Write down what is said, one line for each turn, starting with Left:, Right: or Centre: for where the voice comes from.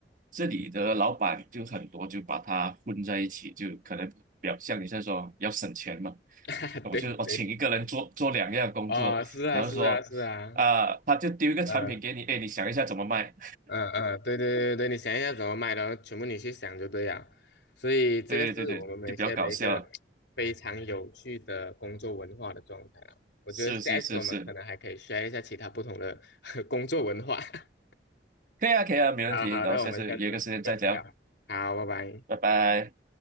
Right: 这里的老板就很多，就把它混在一起，就可能表象你在说要省钱嘛，
Left: <laughs>
Right: 我就我请一个人做做两样工作，
Left: 对对。啊，是啊，
Right: 然后说，
Left: 是啊，是啊，
Right: 啊、他就丢一个产品给你，
Left: 嗯
Right: 哎，你想一下怎么卖？
Left: 嗯嗯，对对对对，你想一下怎么卖的，然后全部你去想就对了。所以这个是我们马来西亚的一个
Right: 对对对，就比较搞笑。
Left: 非常有趣的工作文化的状态啊。我觉得下一次我们可能还可以
Right: 是是是是，
Left: share 一下其他不同的 <laughs> 工作文化。<laughs>
Right: 可以啊可以啊，没问题。
Left: 好好，
Right: 然后下次约个时间再聊，
Left: 那我们下次下次聊。好，拜拜。
Right: 拜拜。